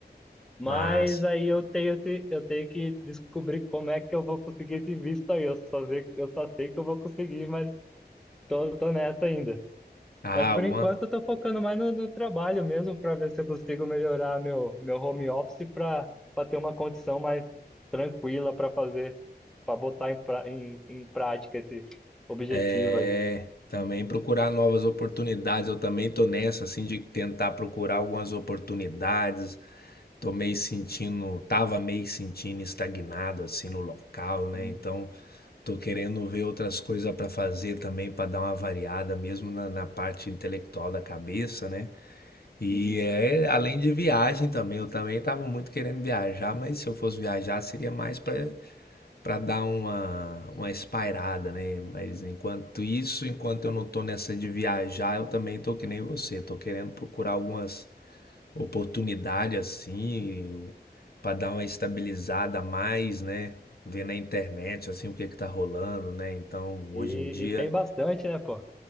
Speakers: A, in the centre; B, on the left.
A: Mas
B: Mas
A: aí eu tenho esse, eu tenho que descobrir como é que eu vou conseguir esse visto aí. Eu só sei, eu só sei que eu vou conseguir, mas tô, tô nessa ainda.
B: Ah,
A: Mas por
B: alguma...
A: enquanto eu tô focando mais no, no trabalho mesmo para ver se eu consigo melhorar meu, meu home office para para ter uma condição mais tranquila para fazer, para botar em, pra, em, em prática esse objetivo
B: É,
A: aí.
B: também procurar novas oportunidades. Eu também tô nessa, assim, de tentar procurar algumas oportunidades. Tô meio sentindo, tava meio sentindo estagnado, assim, no local, né?
A: Sim,
B: Então, tô querendo ver outras coisas para fazer também, para dar uma variada, mesmo na, na parte intelectual da cabeça, né? E
A: sim, sim.
B: é, além de viagem também, eu também tava muito querendo viajar, mas se eu fosse viajar, seria mais para para dar uma, uma espairada, né? Mas enquanto isso, enquanto eu não tô nessa de viajar, eu também tô que nem você, tô querendo procurar algumas oportunidades assim, para dar uma estabilizada a mais, né? Ver na internet assim o que que tá rolando, né? Então,
A: E,
B: hoje em dia
A: e tem bastante, né, pô?